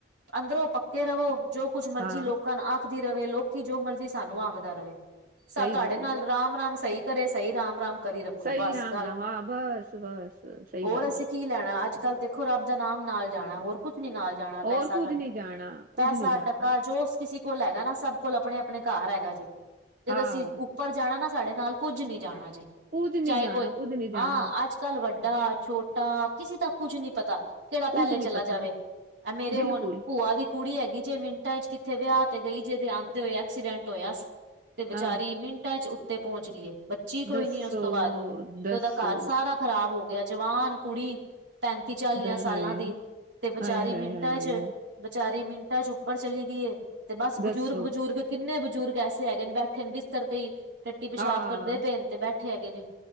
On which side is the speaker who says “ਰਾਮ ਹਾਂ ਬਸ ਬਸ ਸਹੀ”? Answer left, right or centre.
Right